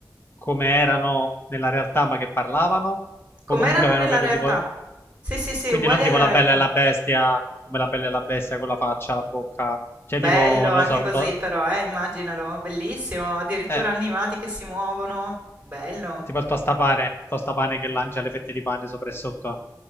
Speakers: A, on the left; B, on the right.
A: come erano nella realtà, ma che parlavano?
B: Com'erano
A: O comunque avevano
B: nella
A: proprio
B: realtà?
A: tipo...
B: Sì, sì, sì,
A: Quindi
B: uguali
A: non tipo
B: alla
A: la
B: realtà.
A: bella e la bestia, come la bella e la bestia con la faccia, la bocca. Cioè
B: Bello
A: tipo, non
B: anche
A: lo so,
B: così
A: un to...
B: però, eh, immaginalo, bellissimo, addirittura
A: Eh,
B: animati che si muovono. Bello.
A: Tipo il tostapane, tostapane che lancia le fette di pane sopra e sotto.